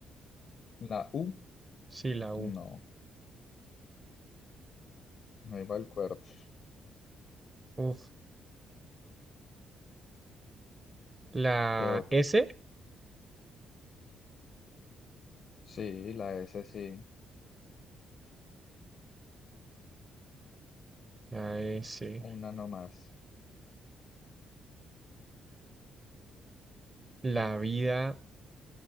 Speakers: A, on the left; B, on the right.
A: La U,
B: Sí, la U.
A: no. No iba el cuerpo.
B: Uf. La
A: ¿Qué otra?
B: S.
A: Sí, la S sí.
B: La S.
A: Una nomás.
B: La vida.